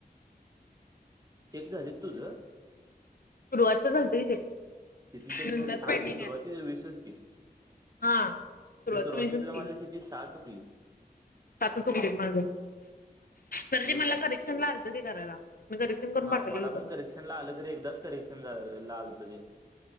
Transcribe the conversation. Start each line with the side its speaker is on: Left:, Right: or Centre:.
Right: चेक झाली तुझं
Left: सुरुवातच झालतरी ते
Right: ते तिक
Left: नंतरच
Right: झाली हा
Left: पेंडिंग
Right: ते सुरुवातीच
Left: आहे
Right: विशष की
Left: हा सुरुवात
Right: ते सुरुवातीतलं
Left: वीसच की
Right: माझं िती सातुकली
Left: सातच उकलीत माझं तर
Right: हो
Left: ते मला
Right: का
Left: करेक्शन ला आलतं ते करायला मी करेक्शन करून
Right: हा
Left: पाठवलेलं
Right: मला पण
Left: परत
Right: करेक्शन ला आलं तरी एकदाच करेक्शन झा स